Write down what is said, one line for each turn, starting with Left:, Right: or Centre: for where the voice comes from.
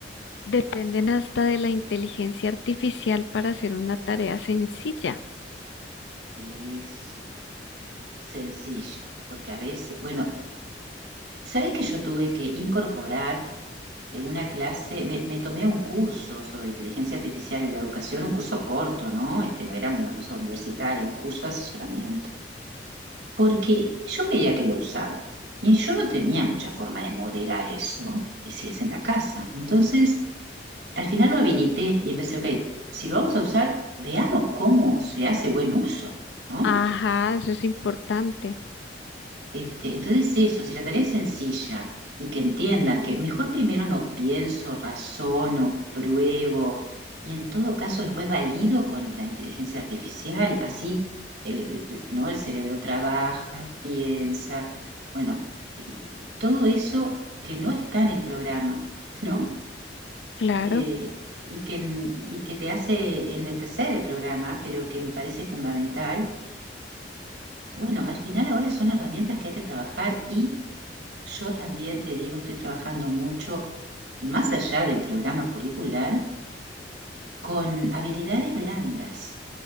Left: dependen hasta de la inteligencia artificial para hacer una tarea sencilla.
Right: Eso, sencilla, porque a veces, bueno, ¿sabés que yo tuve que incorporar eh, una clase, me, me tomé un curso sobre inteligencia artificial en la educación, un curso corto, ¿no? Este no era una cosa universitaria, un curso de asesoramiento, porque yo veía que lo usaban y yo no tenía mucha forma de moderar eso, y si es en la casa. Entonces, al final lo habilité y empecé, ok, si lo vamos a usar, veamos cómo se hace buen uso, ¿no?
Left: Ajá, eso es importante.
Right: Este, entonces eso, si la tarea es sencilla y que entiendan que mejor primero no pienso, razono, pruebo y en todo caso después valido con la inteligencia artificial, así el, el- ¿no? el cerebro trabaja, piensa, bueno, y- y todo eso que no está en el programa, ¿no?
Left: Claro,
Right: Eh, y que, en- y que te hace enlentecer el programa, pero que me parece fundamental. Bueno, al final ahora son herramientas que hay que trabajar yo también te digo, estoy trabajando mucho, más allá del programa curricular, con habilidades blandas,